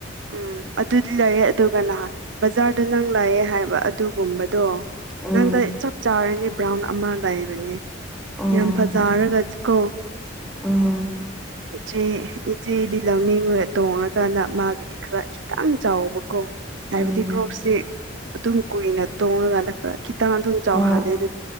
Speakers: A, on the right; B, in the centre.
A: ꯎꯝ ꯑꯗꯨꯗꯤ ꯂꯩꯌꯦ ꯑꯗꯨꯒ ꯅꯍꯥꯟ ꯕꯖꯥꯔꯗ ꯅꯪ ꯂꯥꯛꯑꯦ ꯍꯥꯏꯕ ꯑꯗꯨꯒꯨꯝꯕꯗꯣ꯫
B: ꯎꯝ
A: ꯅꯪꯗ ꯆꯞ ꯆꯥꯔꯅꯦ ꯕ꯭ꯔꯥꯎꯟ ꯑꯃ ꯂꯩꯕꯅꯦ
B: ꯎꯝ
A: ꯌꯥꯝ ꯐꯖꯔꯒ꯫ ꯀꯣ꯫
B: ꯎꯝ꯫
A: ꯏꯆꯦ ꯏꯆꯦꯗꯤ ꯂꯧꯅꯤꯡꯉ ꯇꯣꯡꯉꯀꯥꯟꯗ ꯃꯥꯒꯤꯗꯤ ꯈꯔ ꯈꯤꯇꯪ ꯆꯥꯎꯕꯀꯣ꯫ ꯍꯥꯏꯕꯗꯤ
B: ꯎꯝ
A: ꯀ꯭ꯔꯣꯛꯁꯤ ꯑꯗꯨꯝ ꯀꯨꯏꯅ ꯇꯣꯡꯉꯀꯥꯟꯗ ꯈꯔ ꯈꯤꯇꯪ ꯑꯗꯨꯝ꯫ ꯆꯧꯍꯂꯦꯗ꯫
B: ꯍꯣꯏ